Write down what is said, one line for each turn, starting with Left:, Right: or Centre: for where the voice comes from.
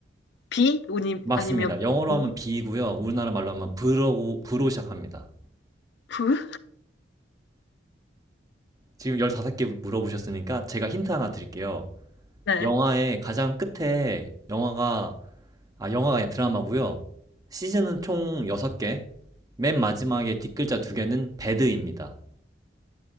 Left: B? 우니-
Right: 맞습니다.
Left: 아니면
Right: 영어로
Left: V?
Right: 하면 비이고요. 우리나라 말로 하면 브로, 브로 시작합니다.
Left: V?
Right: 지금 15개 물어보셨으니까 제가 힌트 하나 드릴게요.
Left: 네.
Right: 영화의 가장 끝에 영화가, 아, 영화가 아니라 드라마고요. 시즌은 총 6개. 맨 마지막에 뒷글자 2개는 배드입니다.